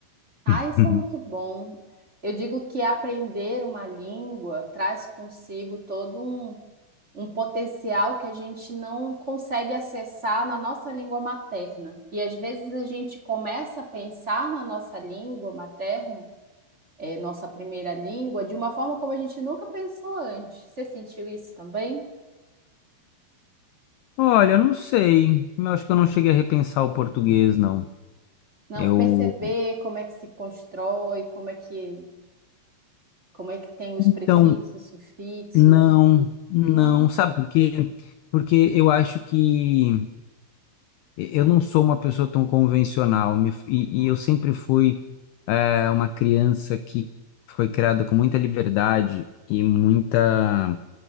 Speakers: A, on the right; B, on the left.
A: Ah,
B: <laughs>
A: isso é muito bom. Eu digo que aprender uma língua traz consigo todo um um potencial que a gente não consegue acessar na nossa língua materna. E às vezes a gente começa a pensar na nossa língua materna, é, nossa primeira língua, de uma forma como a gente nunca pensou antes. Você sentiu isso também?
B: Olha, eu não sei. Eu acho que eu não cheguei a repensar o português, não.
A: Não,
B: Eu.
A: perceber como é que se constrói, como é que, como é que tem os
B: Então,
A: prefixos, sufixos.
B: Não, não,
A: Não.
B: sabe por quê? Porque eu acho que eu não sou uma pessoa tão convencional me- e, e eu sempre fui eh, uma criança que foi criada com muita liberdade e muita